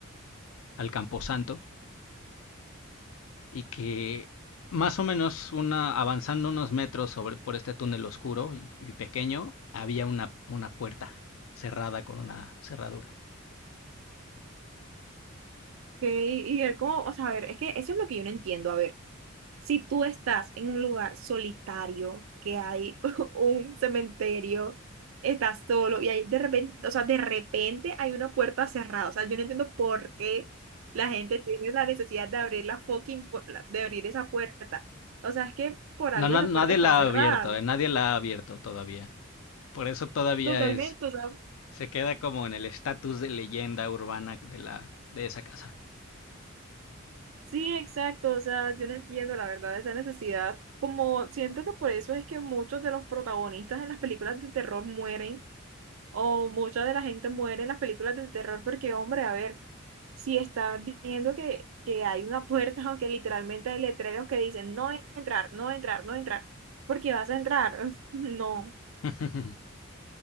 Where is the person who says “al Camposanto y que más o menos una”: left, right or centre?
Left